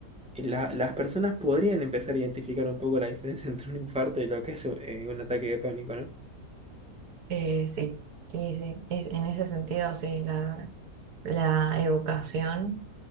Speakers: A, in the centre; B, on the right.
A: la- las personas podrían empezar a identificar un poco la diferencia <laughs> entre un infarto y lo que es un, eh, un ataque de pánico, ¿no?
B: Eh, sí, sí, sí. Es- en ese sentido, sí, la, la educación